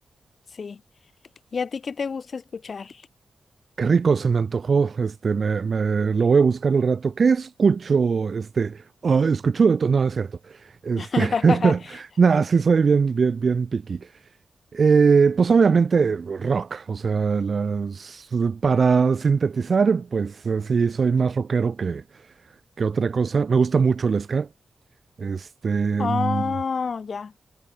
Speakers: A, on the left; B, on the right.
A: Sí. ¿Y a ti qué te gusta escuchar?
B: Qué rico, se me antojó. Este, me, me- lo voy a buscar al rato. ¿Qué escucho? Este, ah, escucho de todo. No, no es cierto. Este,
A: <laughs>
B: <laughs> nada, sí soy bien, bien, bien picky. Eh, pues obviamente rock, o sea, las, para sintetizar, pues eh, sí, soy más rockero que, que otra cosa. Me gusta mucho el ska. Este,
A: Oh,
B: mm,
A: ya.